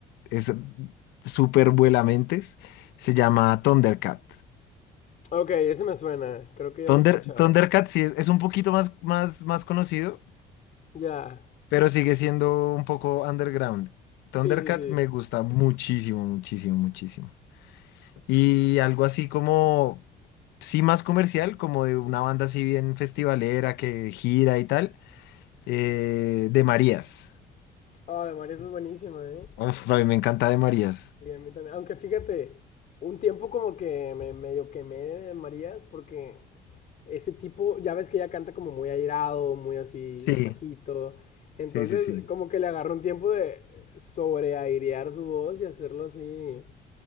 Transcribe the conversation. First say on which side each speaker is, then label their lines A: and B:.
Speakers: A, on the left; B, on the left.
A: es súper vuelamentes, se llama Thundercat.
B: Ok, ese me suena, creo que ya
A: Thunder,
B: lo he escuchado.
A: Thundercat sí es, es un poquito más, más, más conocido,
B: Ya,
A: pero sigue siendo un poco underground. Thundercat
B: sí, sí, sí.
A: me gusta muchísimo, muchísimo, muchísimo. Y algo así como, sí más comercial, como de una banda así bien festivalera que gira y tal, eh, de Marías.
B: Ah, de María, eso es buenísima, ¿eh?
A: Uf, a mí me encanta de Marías.
B: Sí, a mí también. Aunque fíjate, un tiempo como que me medio quemé de Marías porque Ese tipo, ya ves que ella canta como muy airado, muy así
A: Sí,
B: bajito. Entonces,
A: sí, sí, sí.
B: como que le agarró un tiempo de sobreairear su voz y hacerlo así,